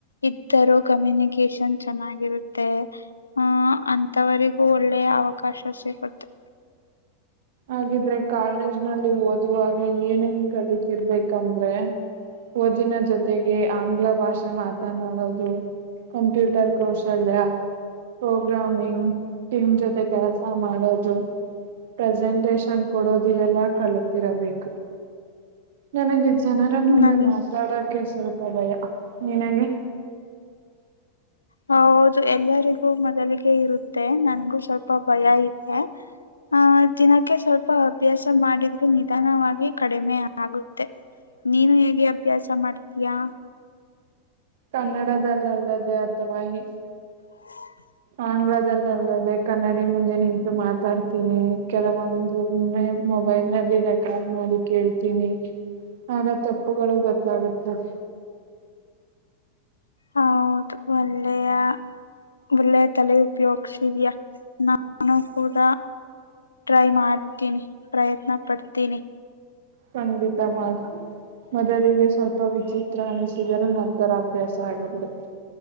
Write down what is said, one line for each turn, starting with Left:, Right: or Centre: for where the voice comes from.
Left: ಇದ್ದರೂ ಕಮ್ಯುನಿಕೇಶನ್ ಚೆನ್ನಾಗಿರುತ್ತೆ ಹಹ ಅಂತಥವರಿಗೂ ಒಳ್ಳೆ ಅವಕಾಶ ಸಿಗುತ್ತೆ
Right: ಹಾಗಿದ್ರೆ ಕಾಲೇಜ್ ನಲ್ಲಿ ಓದುವಾಗ ಏನೇನ್ ಕಲಿತಿರಬೇಕಂದ್ರೆ ಓದಿನ ಜೊತೆಗೆ ಆಂಗ್ಲ ಭಾಷೆ ಮಾತನಾಡೋದು ಕಂಪ್ಯೂಟರ್ ಕೌಶಲ್ಯ ಪ್ರೋಗ್ರಾಮ ಏನು ಟೀಮ್ ಜೊತೆ ಕೆಲಸ ಮಾಡೋದು ಪ್ರೆಸೆಂಟಷನ್ ಕೊಡೋದು ಇವೆಲ್ಲ ಕಲತಿರಬೇಕು ನನಗೆ ಜನರ ಮುಂದೆ
Left: ನನ್
Right: ಮಾತಾಡೋಕ್ಕೆ ಸ್ವಲ್ಪ ಭಯ ನಿನಗೆ
Left: ಹೌದು ಎಲ್ಲರಿಗೂ ಮೊದಲಿಗೆ ಇರುತ್ತೆ ನನ್ಗೂ ಸ್ವಲ್ಪ ಭಯ ಇದೆ ಆಹ ದಿನಕ್ಕೆ ಸ್ವಲ್ಪ ಅಭ್ಯಾಸ ಮಾಡಿದ್ರೆ ನಿಧಾನವಾಗಿ ಕಡಿಮೆ ಆಗುತ್ತೆ ನೀನು ಹೇಗೆ ಅಭ್ಯಾಸ ಮಾಡ್ತೀಯಾ
Right: ಕನ್ನಡದಲ್ಲಿ ಅಲ್ಲದೆ ಅಥವಾ ಈ
Left: <inaudible>
Right: ಆಂಗ್ಲದಲ್ಲ ಅಲ್ಲದೆ ಕನ್ನಡಿ ಮುಂದೆ ನಿಂತು ಮಾತಾಡ್ತೀನಿ ಕೆಲವೊಂದುಮ್ಮೆ ಮೊಬೈಲ್ ನಲ್ಲಿ ರೆಕಾರ್ಡ್ ಮಾಡಿ ಕೇಳ್ತೀನಿ ಆಗ ತಪ್ಪುಗಳು ಗೊತ್ತಾಗುತ್ತದೆ
Left: ಹೌದು ಒಳ್ಳೆಯ ಒಳ್ಳೆಯ ತಲೆ ಉಪಯೋಗ್ಸಿದಯಾ ನಾನು ಕೂಡ ಟ್ರೈ ಮಾಡ್ತೀನಿ ಪ್ರಯತ್ನ ಪಡ್ತೀನಿ
Right: ಖಂಡಿತ ಮಾಡ ಮೊದಲಿಗೆ ಸ್ವಲ್ಪ ವಿಚಿತ್ರ ಅನಿಸಿದರೂ ನಂತರ ಅಭ್ಯಾಸ ಆಗಿಬಿಡುತ್ತೆ